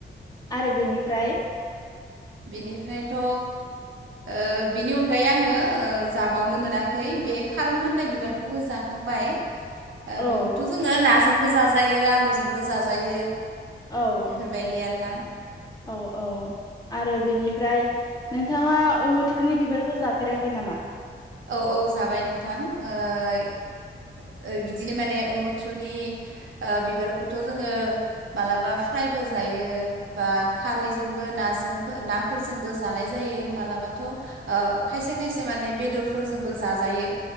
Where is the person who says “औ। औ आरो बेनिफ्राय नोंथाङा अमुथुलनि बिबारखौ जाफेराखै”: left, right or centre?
Left